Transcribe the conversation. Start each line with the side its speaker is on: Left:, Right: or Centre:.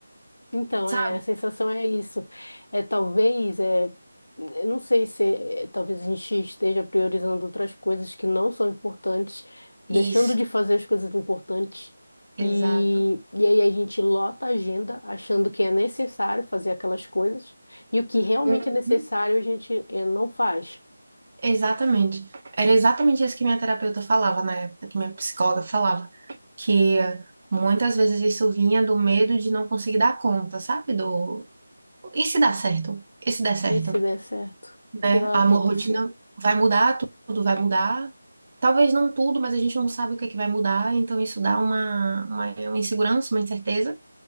Left: Então,
Right: sabe?
Left: é, a sensação é isso. É talvez, é, eu não sei se é, talvez a gente esteja priorizando outras coisas que não são importantes, deixando
Right: Isso,
Left: de fazer as coisas importantes.
Right: exato.
Left: E, e aí a gente lota a agenda achando que é necessário fazer aquelas coisas, e o que realmente
Right: Uhum.
Left: é necessário a gente eh, não faz.
Right: Exatamente. Era exatamente isso que minha terapeuta falava na época, que minha psicóloga falava, que muitas vezes isso vinha do medo de não conseguir dar conta, sabe? Do e se dá certo? E se der certo,
Left: E se der certo, o
Right: né?
Left: que vai
Right: A
Left: acontecer?
Right: minha rotina vai mudar, tudo vai mudar. Talvez não tudo, mas a gente não sabe o que é que vai mudar, então isso dá uma, uma uma insegurança, uma incerteza.